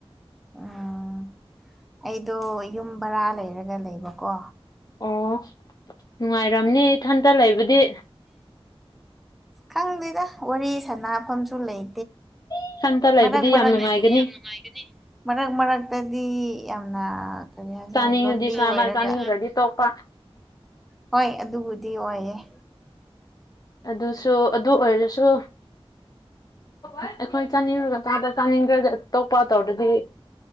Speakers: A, in the centre; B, on the left (about 40°).
A: ꯎꯝ ꯑꯩꯗꯣ ꯌꯨꯝ ꯕꯔꯥ ꯂꯩꯔꯒ ꯂꯩꯕꯀꯣ
B: ꯑꯣ ꯅꯨꯡꯉꯥꯏꯔꯝꯅꯤ ꯏꯊꯟꯇ ꯂꯩꯕꯨꯗꯤ
A: ꯈꯪꯗꯦꯗ ꯋꯥꯔꯤ ꯁꯥꯟꯅꯐꯝꯁꯨ ꯂꯩ
B: ꯏꯊꯟꯇ ꯂꯩꯕꯗꯤ
A: ꯃꯔꯛ ꯃꯔ
B: ꯌꯥꯝ ꯅꯨꯡꯉꯥꯏꯒꯅꯤ
A: ꯌꯥꯝ ꯃꯔꯛ ꯃꯔꯛꯇꯗꯤ ꯌꯥꯝꯅ ꯀꯔꯤ ꯍꯥꯏꯁꯤꯔ
B: ꯆꯥꯅꯤꯡꯉꯗꯤ
A: ꯂꯣꯟꯗꯤ
B: ꯆꯥꯕ
A: ꯑꯣꯏꯔꯒ
B: ꯆꯥꯅꯤꯡꯗ꯭ꯔꯗꯤ ꯇꯣꯛꯄ
A: ꯍꯣꯏ ꯑꯗꯨꯕꯨꯗꯤ ꯑꯣꯏꯌꯦꯦ
B: ꯑꯗꯨꯁꯨ ꯑꯗꯨ ꯑꯣꯏꯔꯁꯨ ꯑꯩꯈꯣꯏ ꯆꯥꯅꯤꯡꯔꯒ ꯆꯥꯗ ꯆꯥꯅꯤꯡꯈ꯭ꯔꯒ ꯑꯇꯣꯞꯄ ꯇꯧꯔꯗꯗꯤ